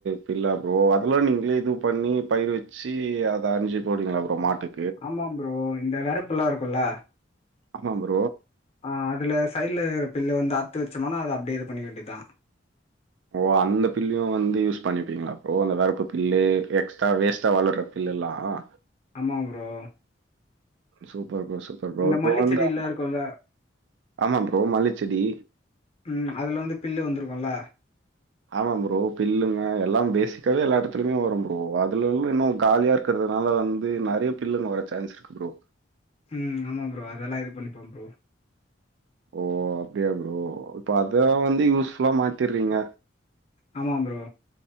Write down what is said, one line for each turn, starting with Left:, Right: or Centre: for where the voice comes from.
Right: பில்லா ப்ரோ அதுலாம் நீங்களே இது பண்ணி பயிர் வச்சு சீவி அத அரிஞ்சு போடிவிங்களா ப்ரோ மாட்டுக்
Left: ஆமா ப்ரோ இந்த வேறப்பல்லாம் இருக்கும்ல்ல
Right: ஆமா ப்ரோ
Left: ஆஹ் அதுல சைடுல இருதற பில்ல வந்து அரத்து வச்சோம்னா அது அப்படியே இது பண்ணிக்க வேண்டிதான்
Right: ஓ அந்த பில்லும் வந்து யூஸ் பண்ணிப்பீங்களா ப்ரோ அந்த வரப்பு பில்லு எக்ஸ்டரா வேஸ்டா வளர்ற பில் லல்லாம்
Left: ஆமா bro
Right: super bro super bro
Left: இந்த
Right: இப்ப
Left: மல்லி
Right: வந்தா
Left: செடில்லா இருக்குல்ல
Right: ஆமா ப்ரோ மல்லிச்செடி
Left: ம் அதுல வந்து பில்லு வந்துருக்குல்ல
Right: ஆமா ப்ரோ பில்லுங்க எல்லாம் பேசிக்காவே எல்லா இடத்துலயுமே வரும் ப்ரோ அதுல எல்லாம் இன்னும் காலியா இருக்கிற அதனால வந்து நிறைய பில்லுங்க வர சான்ஸ் இருக்கு ப்ரோ
Left: ம் ஆமாம் ப்ரோ அதெல்லாம் இது பண்ணிப்போம் ப்ரோ
Right: ஓ அப்படியா ப்ரோ இப்போ அத வந்து யூஸ்ஃபுல்லா மாத்திற்றீங்க
Left: ஆமாம் ப்ரோ